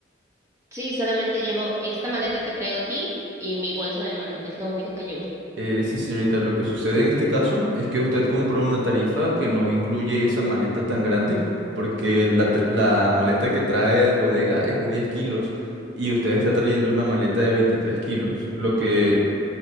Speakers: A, on the right; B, on the right.
A: Sí, solamente llevo esta maleta que traigo aquí y mi bolso de mano. Es lo único que llevo.
B: Eh, sí, señorita, lo que sucede en este caso es que usted compró una tarifa que no incluye esa maleta tan grande, porque la, ta- la maleta que trae de bodega es de 10 kilos y usted está trayendo una maleta de 23 kilos, lo que